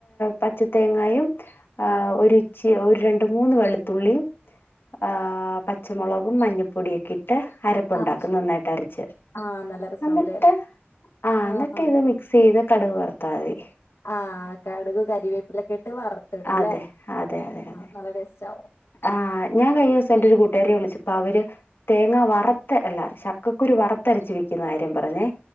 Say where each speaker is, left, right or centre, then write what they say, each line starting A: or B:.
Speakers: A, on the left (about 60°); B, on the left (about 90°).
A: പച്ച തേങ്ങായും ആ
B: ആഹ്
A: ഒരു ഒരു രണ്ട് മൂന്ന് വെളുത്തുള്ളി ആഹ് പ പച്ചമുളകും മഞ്ഞപ്പൊടിയൊക്കെ ഇട്ട് അരപ്പുണ്ടാക്കും
B: ആഹ്
A: നന്നായിട്ട് അരച്ച്
B: ആഹ് നല്ല രസാവുംല്ലേ
A: എന്നിട്ട് ആ
B: ആഹ്
A: എന്നിട്ട് ഇത് മിക്സ് ചെയ്ത് കടുക് വർത്താതി
B: ആ കടുക് കരിവേപ്പിലൊക്കെ ഇട്ട് വറുത്തിടുല്ലേ
A: അതെ അതെ അതെ അതെ
B: ആഹ് നല്ല ടേസ്റ്റ് ആകും
A: ആഹ് ഞാൻ കഴിഞ്ഞ ദിവസം എന്റെ ഒരു കൂട്ടുകാരിയെ വിളിച്ചപ്പൊ അവര് തേങ്ങ വറത്ത് അല്ല ചക്കക്കുരു വർത്തരച്ച് വെക്കുന്ന കാര്യം പറഞ്ഞേ